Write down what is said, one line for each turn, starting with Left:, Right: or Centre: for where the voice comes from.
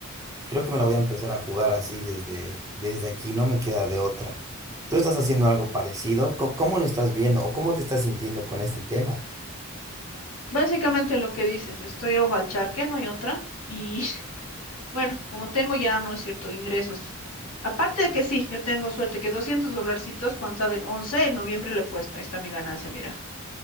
Right: Creo que me la voy a empezar a jugar así desde, desde aquí, no me queda de otra. ¿Tú estás haciendo algo parecido? Co- ¿Cómo, lo estás viendo o cómo te estás sintiendo con este tema?
Left: Básicamente lo que dices, estoy ojo al charque, no hay otra. Y <laughs> bueno, como tengo ya, no es cierto, ingresos. Aparte de que sí, yo tengo suerte que 200 dolarcitos, cuando saben, 11 en noviembre le he puesto, ahí está mi ganancia, mira.